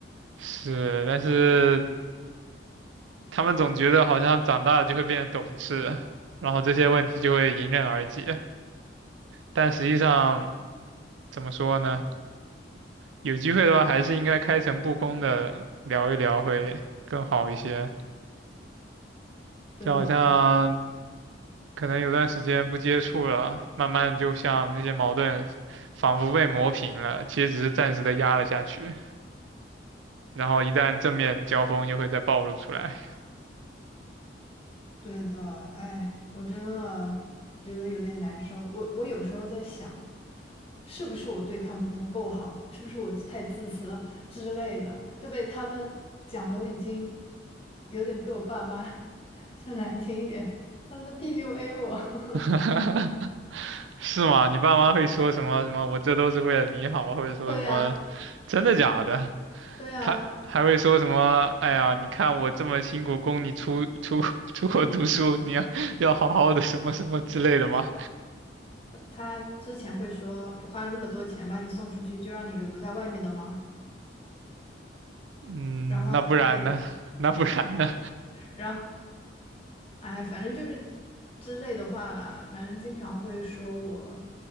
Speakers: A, on the right (about 85°); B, on the left (about 30°).
A: 是，但是他们总觉得好像长大了就会变得懂事，然后这些问题就会迎刃而解。但实际上，怎么说呢？有机会的话，还是应该开诚布公的聊一聊会更好一些。
B: 对的，
A: 就好像可能有段时间不接触了，慢慢就像那些矛盾，仿佛被磨平了，其实只是暂时的压了下去，然后一旦正面交锋又会再暴露出来，
B: 对的，哎，我真的觉得有点难受。我我有时候在想，是不是我对他们不够好，是不是我太自私了之类的，就被他们讲都已经有点被我爸妈 <laughs> 说难听一点，他们在 PUA 我。<laughs>
A: <laughs> 是吗？你爸妈会说什么什么？我这都是为了你好，或者说什么，
B: 会呀，
A: 真的假的？
B: 对呀，
A: 他还会说什么？哎呀，你看我这么辛苦供你出出 <laughs> 出国读书，你要要好好的什么什么之类的吗？
B: 他他之前会说你花了那么多钱把你送出去，就让你留在外面的吗？
A: 嗯，
B: 然后，
A: 那不然呢？
B: 呃，
A: 那不然呢？
B: 然后，哎，反正就是之类的话啦，反正经常会说我，